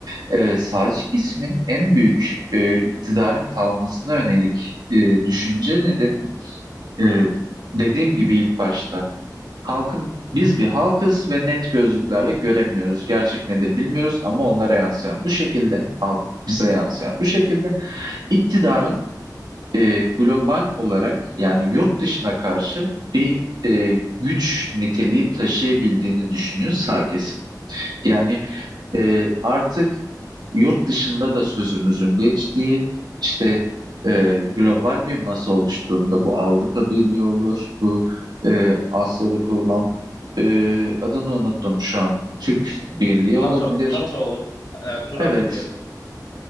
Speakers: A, on the right; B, on the left.
A: e, sağcı kesimin en büyük e, iktidarın kalmasına yönelik e, düşünce nedeni e, dediğim gibi ilk başta halkım biz bir halkız ve net gözlüklerle göremiyoruz. Gerçek nedir bilmiyoruz ama onlara yansıyan bu şekilde halk bize yansıyan bu şekilde iktidarın e, global olarak yani yurt dışına karşı bir e, güç niteliği taşıyabildiğini düşünüyor sağ kesim. Yani e, artık yurt dışında da sözümüzün geçtiği işte e, global bir masa oluştuğunda bu Avrupa Birliği olur, bu e, Asya'da kurulan e, adını unuttum şu an Türk Birliği
B: NATO,
A: olabilir.
B: NATO olur. E, Turan
A: Evet,
B: Birliği evet.